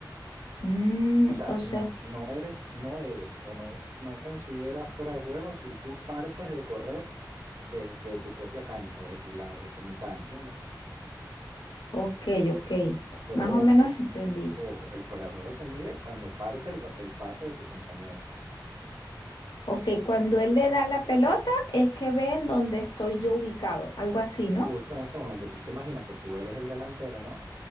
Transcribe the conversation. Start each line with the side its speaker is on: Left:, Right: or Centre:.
Left: Mm,
Right: O sea,
Left: o
Right: no,
Left: sea,
Right: no eres, no eres o no, no consideras fuera de juego si tú partes de correr desde tu propia cancha, desde tu lado, tu mitad, ¿entiendes?
Left: ok, ok,
Right: Pero
Left: más
Right: ojo,
Left: o menos entendí.
Right: ojo, el fuera de juego se mide cuando parte el, ba- el pase de tu compañero.
Left: Ok, cuando él le da la pelota es que ven dónde estoy yo ubicado, algo así, ¿no?
Right: Justo en ese momento, tú te imaginas que tú eres el delantero, ¿no?